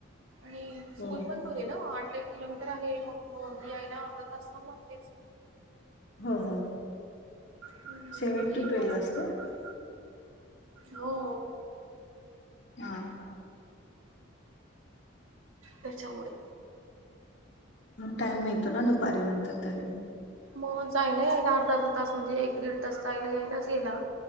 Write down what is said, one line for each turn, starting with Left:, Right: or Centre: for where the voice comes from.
Right: आणि
Left: हो
Right: स्कूल पण दूर आहे ना हो आठ एक किलोमीटर आहे मंग ही यायला अर्धा तास लागतेच
Left: हो हो.
Right: हम्म
Left: सेव्हन टू
Right: एक
Left: ट्वेल्व
Right: वाजता
Left: असते
Right: बरोबर हो.
Left: हां.
Right: त्याच्यामुळे
Left: टाइम मिळतो ना दुपारी नंतर तरी मंग.
Right: मगजायला यायला अर्धा-अर्धा तास म्हणजे एक दीड तास जायला यायलाच गेला.